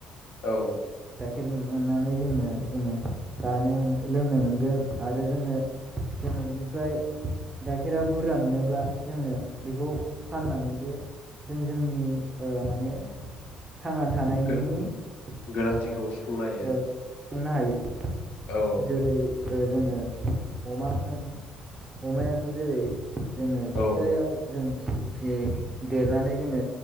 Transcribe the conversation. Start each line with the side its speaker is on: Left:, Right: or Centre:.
Left: औ
Right: गाइखेर मोननानै जोङो जोङो जानो लोंनो मोनगोन आरो जोङो जोङो बेनिफ्राय गाइखेरा बुरजा मोनोब्ला जोङो बेखौ फाननानैबो जों जोंनि ओ माने थांना थानायनि
Left: गो- गोनांथिखौ
Right: ओ
Left: सुफुंनो हायो
Right: ओ सुंफुंनो हायो
Left: औ
Right: जेरै ओ जोङो अमा होन अमायाबो जेरै जोङो
Left: औ
Right: फिसायाव जों फिसियै फिसियै देरनानै जोङो